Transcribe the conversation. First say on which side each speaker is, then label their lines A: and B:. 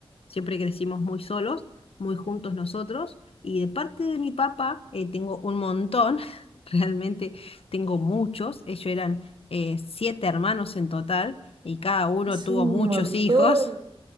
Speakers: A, on the left (about 75°); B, on the right (about 50°).
A: siempre crecimos muy solos, muy juntos nosotros. Y de parte de mi papá eh, tengo un montón, <laughs> realmente tengo muchos. Ellos eran eh, siete hermanos en total y cada uno
B: Es
A: tuvo
B: un
A: muchos
B: montón.
A: hijos.